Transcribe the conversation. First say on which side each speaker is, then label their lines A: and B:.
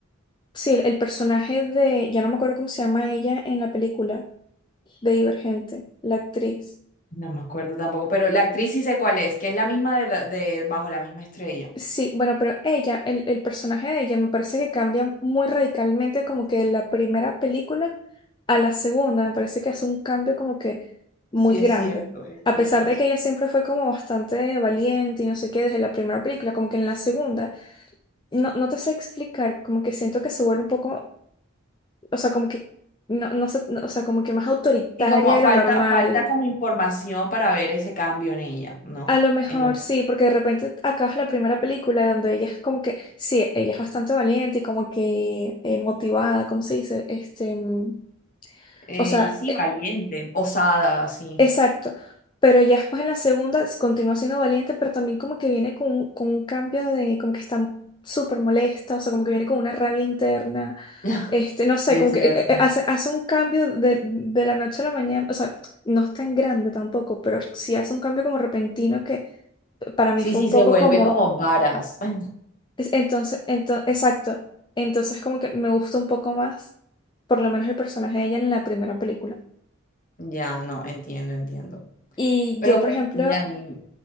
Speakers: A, on the left (about 20°); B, on the left (about 40°).
A: sí, el personaje de, ya no me acuerdo cómo se llama ella en la película, de Divergente, la actriz.
B: No me acuerdo tampoco, pero la actriz sí sé cuál es, que es la misma de, Ra- de Bajo la misma estrella.
A: Sí, bueno, pero ella, el, el personaje de ella me parece que cambia muy radicalmente como que de la primera película a la segunda, me parece que hace un cambio como que muy
B: Sí,
A: grande.
B: es cierto, es
A: A
B: cierto,
A: pesar de
B: es
A: que ella siempre fue como bastante valiente y no sé qué desde la primera película, como que en la segunda. No, no te sé explicar, como que siento que se vuelve un poco, o sea, como que, no, no sé, no, o sea, como que más autoritaria
B: Y como cierto.
A: de lo
B: falta,
A: normal.
B: falta como información para ver ese cambio en ella, ¿no?
A: A lo mejor
B: En lo-
A: sí, porque de repente acabas la primera película donde ella es como que, sí, ella es bastante valiente y como que eh, motivada, ¿cómo se dice? Este, mm,
B: eh,
A: o sea,
B: sí, valiente, osada, así.
A: Exacto, pero ya después en la segunda s- continúa siendo valiente, pero también como que viene con, un- con un cambio de, como que está súper molesta, o sea, como que viene con una rabia interna,
B: <laughs>
A: este, no sé,
B: Sí,
A: como
B: es cierto.
A: que eh, eh, hace, hace un cambio de, de la noche a la mañana, o sea, no es tan grande tampoco, pero sí hace un cambio como repentino que para mí
B: Sí,
A: fue
B: sí,
A: un
B: se
A: poco
B: vuelve
A: como,
B: como varas. <laughs>
A: es- entonces, ento- exacto, entonces como que me gusta un poco más, por lo menos el personaje de ella en la primera película.
B: Ya, no, entiendo, entiendo.
A: Y
B: Pero
A: yo, por
B: pues
A: ejemplo...
B: sí, a mí,